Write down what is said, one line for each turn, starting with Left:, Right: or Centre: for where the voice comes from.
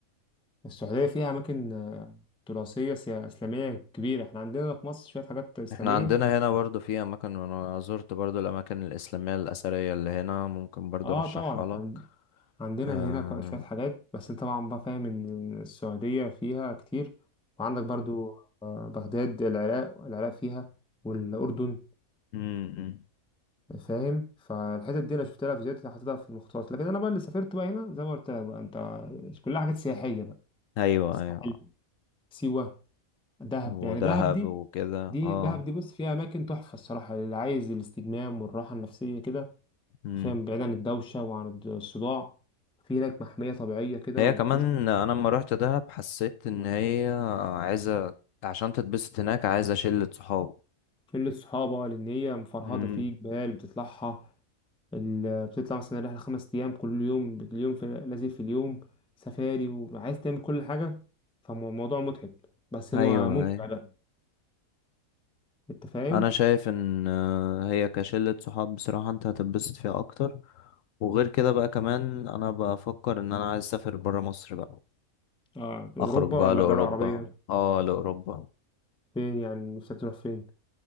Centre: والسعوديه فيها اماكن آه، تراثيه سيا- اسلاميه كبيره احنا عندنا في مصر شويه حاجات اسلاميه
Left: احنا عندنا هنا برضو في اماكن وانا زرت برضو الاماكن الاسلاميه الاثريه اللي هنا ممكن برضو
Centre: اه
Left: ارشحها
Centre: طبعا احنا
Left: لك
Centre: عندنا
Left: آه
Centre: هنا كو- شوية حاجات بس انت طبعا بقى فاهم ان السعودية فيها كتير وعندك برضو آه، بغداد العراق العراق فيها والأردن
Left: امم
Centre: فاهم فالحتت دي انا شفت لها فيديوهات حاططها في المخطوطات لكن انا بقى اللي سافرت بقى هنا زي ما قلت لك بقى انت كلها حاجات سياحية بقى
Left: ايوه
Centre: الساحل
Left: ايوه
Centre: سيوة دهب
Left: ودهب
Centre: يعني دهب دي
Left: وكده
Centre: دي
Left: اه
Centre: دهب دي بص فيها اماكن تحفة الصراحة اللي عايز الاستجمام والراحة النفسية كده
Left: امم
Centre: فاهم بعيد عن الدوشة وعن الصداع في هناك محمية طبيعية كده
Left: هي
Centre: وتخش
Left: كمان انا لما روحت دهب حسيت ان هي عايزه عشان تتبسط هناك عايزه شله صحاب
Centre: شلة صحابة لأن هي مفرهدة
Left: امم
Centre: في جبال بتطلعها ال- بتطلع مثلا رحلة خمس أيام كل يوم اليوم في لازم في اليوم سفاري وعايز تعمل كل حاجة فالموضوع متعب بس هو
Left: ايوه
Centre: ممتع
Left: ايوه
Centre: بقى أنت فاهم؟
Left: انا شايف ان آه، هي كشله صحاب بصراحه انت هتتبسط فيها اكتر وغير كده بقى كمان انا بفكر ان انا عايز اسافر برا مصر بقى
Centre: آه أوروبا
Left: اخرج بقى
Centre: ولا
Left: لاوروبا
Centre: بلاد عربية؟
Left: اه لاوروبا
Centre: فين يعني نفسك تروح فين؟